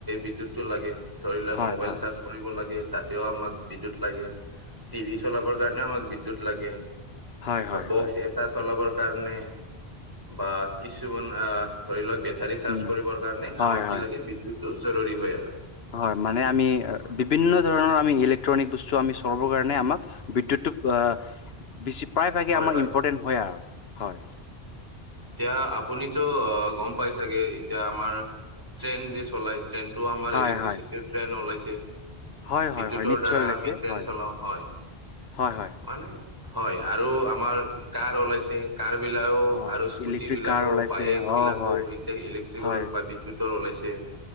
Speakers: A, on the right (about 20°); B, on the left (about 75°).
A: বিদ্যুত লাগে ধৰি লোৱা
B: হয়,
A: মোবাইল
B: হয়,
A: চাৰ্জ কৰিব লাগে তাতেও আমাক বিদ্যুৎত লাগে, টিভি চলাবৰ কাৰণে আমাক বিদ্যুৎ লাগে।
B: হয়, হয়,
A: বা বক্স
B: হয়,
A: এটা চলাবৰ কাৰণে বা কিছুমান আহ ধৰি লওক বেটাৰী চাৰ্জ
B: উম
A: কৰিবৰ কাৰণে
B: হয়,
A: আমাক
B: হয়,
A: কি লাগে বিদ্যৎতটো জৰুৰী হয় আৰু।
B: হয় মানে আমি
A: হয়
B: বিভিন্ন ধৰণৰ আমি ইলেক্ট্ৰনিক বস্তু আমি চলাবৰ কাৰণে আমাক বিদ্যুৎটো বেছি প্ৰায়ভাগে
A: হয়
B: আমাৰ
A: হয়
B: ইম্পৰ্টেণ্ট হয় আৰু হয়।
A: এতিয়া আপুনিতো গম পাই চাগে এতিয়া আমাৰ ট্ৰেইন যে চলাই ট্ৰেইনটো আমাৰ
B: হয়
A: ইলেক্ট্ৰট্ৰিছিতি
B: হয়
A: ট্ৰেইন ওলাইছে।
B: হয়
A: বিদ্যৎতৰ
B: হয় হয় নিশ্চয়
A: দ্বাৰা
B: ওলাইছে
A: আমি ট্ৰেইন
B: হয়
A: চলাও হয়।
B: হয় হয়
A: মানে হয় আৰু আমাৰ কাৰ ওলাইছে কাৰ বিলাকো
B: অ
A: আৰু স্কুটি
B: ইলেক্ট্ৰিক
A: বিলাকো,
B: কাৰ ওলাইছে
A: বাইক
B: অ
A: বিলাকো
B: হয়
A: এতিয়া ইলেক্ট্ৰিকৰ
B: হয়
A: বা বি বিদ্যুতৰ ওলাইছে,